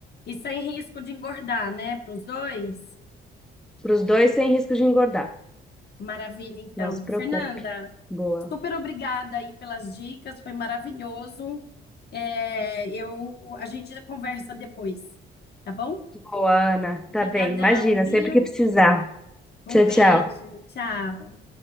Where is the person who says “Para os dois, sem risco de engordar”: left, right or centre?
Centre